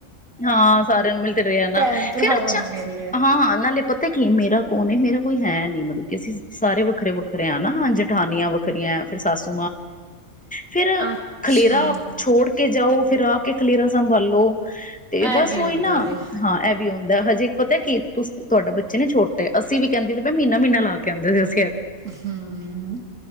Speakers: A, in the centre; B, on the right.
A: ਹਾਂ ਸਾਰਿਆਂ ਨੂੰ ਮਿਲਦੇ ਰਹੇ ਨਾ
B: ਭੈਣ ਭਰਾਵਾਂ
A: ਫੇਿਰ ਅੱਛਾ
B: ਨੂੰ ਮਿਲ ਲਿਆ
A: ਹਾਂ ਹਾਂ ਨਾਲੇ ਪੱਤਾ ਕਿ ਮੇਰਾ ਕੌਣ ਮੇਰਾ ਕੋਈ ਹੈ ਨੀ ਮਤਲਬ ਕਿ ਅਸੀਂ ਸਾਰੇ ਵੱਖਰੇ ਵੱਖਰੇ ਆ ਨਾ ਜਠਾਨੀਆਂ ਵੱਖਰੀਆਂ ਫੇਿਰ ਸਸ ਫੇਿਰ
B: ਅੱਛਾ,
A: ਖਲੇਰਾ ਛੋੜ ਕੇ ਜਾਓ ਫੇਿਰ ਆ ਕੇ ਖਲੇਰਾ ਸੰਭਾਲੋ ਤੇ
B: ਇਹ
A: ਬਸ
B: ਵੀ
A: ਉਹੀ
B: ਹੁੰਦਾ
A: ਨਾ
B: ਵੇ
A: ਹਾਂ ਇਹ ਵੀ ਹੁੰਦਾ ਹਜੇ ਪਤਾ ਕੀ ਤੁਸੀਂ ਤੁਹਾਡਾ ਬੱਚੇ ਨੇ ਛੋਟੇ ਆ ਅਸੀਂ ਕਹਿੰਦੇ ਮਹੀਨਾਹੀਨਾ ਲਾ ਕੇ ਕਹਿੰਦੇ
B: ਹਮ